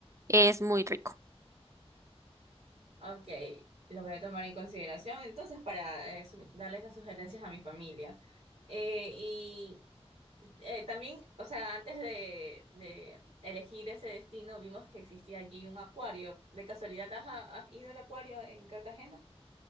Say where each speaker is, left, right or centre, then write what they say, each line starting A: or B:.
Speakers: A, on the right; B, on the right.
A: es muy rico.
B: Ok, lo voy a tomar en consideración entonces para eh, su- darle esas sugerencias a mi familia. Eh, y eh, también, o sea, antes de, de elegir ese destino, vimos que existía allí un acuario. ¿De casualidad has, has ido al acuario en Cartagena?